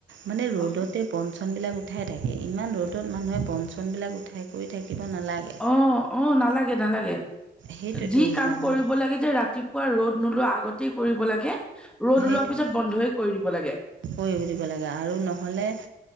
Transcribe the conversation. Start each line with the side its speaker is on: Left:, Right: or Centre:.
Right: মানে ৰ'দতে
Centre: অ
Right: বনচনবিলাক উঠাই থাকে! ইমান ৰ'দত মানুহে বনচনবিলাক উঠাই কৰি থাকে। নালাগে।
Centre: অ'অ' নালাগে -নালাগে
Right: সেইটোৱেতো
Centre: যি কাম
Right: মানুহ
Centre: কৰিব লাগে যে ৰাতিুৱ পোৱা ৰ'দ নোলোৱা আগতেই কৰিব লাগে, ৰ'দ
Right: সেইটোৱে
Centre: ওলোৱা পিছত বন্ধইে কৰি দিব লাগে।
Right: কৰিব দিব লাগে আৰু নহ'লে